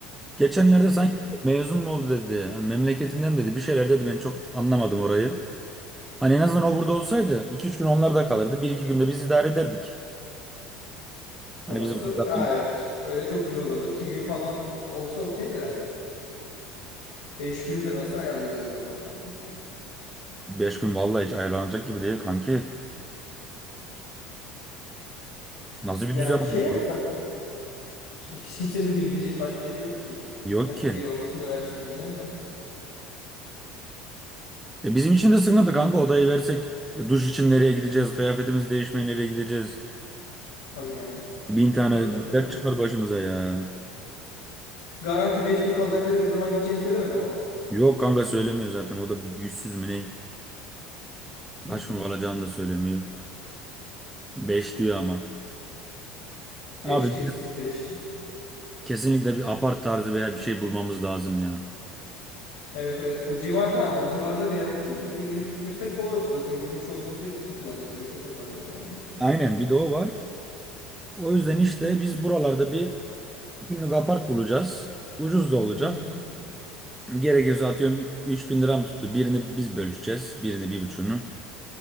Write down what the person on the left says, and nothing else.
hı,
orası.
Aa, evet. Öyle çok güzel olurdu. İki gün falan olsa okey de. Beş günü de nasıl ayarlayacağız be kanka?
Yani
şey
yapsak işte hiç kimsenin de gidecek başka evi yok ki.
Hani
bir odasını versin diyeceğim de.
Tabii canım.
Orası da öyle.
Garanti beş gün kalacak dedi. Ne zaman gideceğini söylemedim ama.
Hmm,
Beş
kesin. Beş.
Evet evet bu civarda ama civarda bir yer olsun ki bize gelip gitmesi de kolay olsun. Zaten günün çoğunu biz de takılacağız birlikte takılacağız yani.
Hı hı.